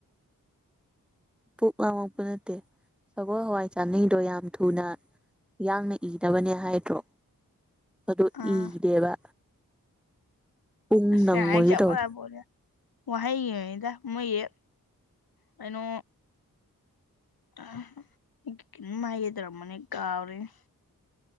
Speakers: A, in the centre; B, on the left.
A: ꯄꯨꯛ ꯂꯥꯝꯃꯛꯄ ꯅꯠꯇꯦ ꯁꯒꯣꯜ ꯍꯋꯥꯏ ꯆꯥꯅꯩꯗꯣ ꯌꯥꯝ ꯊꯨꯅ ꯌꯥꯡꯅ ꯏꯅꯕꯅꯦ ꯍꯥꯏꯗ꯭ꯔꯣ ꯑꯗꯣ
B: ꯑꯥ
A: ꯏꯗꯦꯕ ꯄꯨꯡ
B: ꯑꯁ
A: ꯅꯪꯉꯣꯏꯒꯦ
B: ꯀꯩ ꯍꯥꯏ ꯆꯞ
A: ꯇꯧꯋꯦ
B: ꯃꯥꯟꯅ ꯄꯣꯠꯅꯤꯗꯥ ꯋꯥꯍꯩꯒꯤꯅꯤꯗ ꯃꯣꯏꯖꯦ ꯀꯩꯅꯣ ꯑꯥꯥ ꯀꯩꯅꯣꯝ ꯍꯥꯏꯒꯦ ꯇꯧꯔꯝꯕꯅꯦ ꯀꯥꯎꯔꯦꯅꯦ